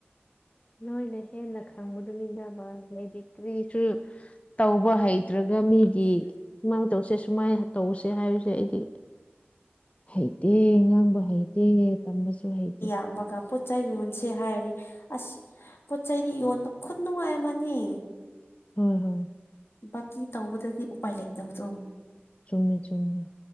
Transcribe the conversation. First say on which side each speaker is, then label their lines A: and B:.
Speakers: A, on the left (about 30°); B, on the left (about 70°).
A: ꯅꯣꯏꯅ ꯍꯦꯟꯅ ꯈꯪꯕꯗꯨꯃꯤꯟꯅꯕ ꯂꯩꯗꯤꯛꯇꯔꯤꯁꯨ ꯇꯧꯕ ꯍꯩꯇ꯭ꯔꯒ ꯃꯤꯒꯤ ꯁꯨꯃꯥꯏꯅ ꯇꯧꯁꯦ ꯁꯨꯃꯥꯏꯅ ꯇꯧꯁꯦ ꯍꯥꯏꯕꯁꯦ ꯑꯩꯗꯤ ꯍꯩꯇꯦ ꯉꯥꯡꯕ ꯍꯩꯇꯦ ꯇꯝꯕꯁꯨ ꯍꯩꯇꯦ
B: ꯇꯝꯕ ꯀꯥꯄ ꯄꯣꯠꯆꯩ ꯌꯣꯟꯁꯦ ꯍꯥꯏꯔꯦ ꯑꯁ ꯄꯣꯠ ꯆꯩꯩꯗꯤ ꯌꯣꯟꯕ ꯈꯨꯠ ꯅꯨꯡꯉꯥꯏ ꯑꯃꯅꯤ
A: ꯍꯣꯏ ꯍꯣꯏ
B: ꯕꯀꯤ ꯇꯧꯕꯗꯗꯤ ꯎꯄꯥꯏ ꯂꯩꯇꯕꯗꯣ
A: ꯆꯨꯝꯃꯤ ꯆꯨꯝꯃꯤ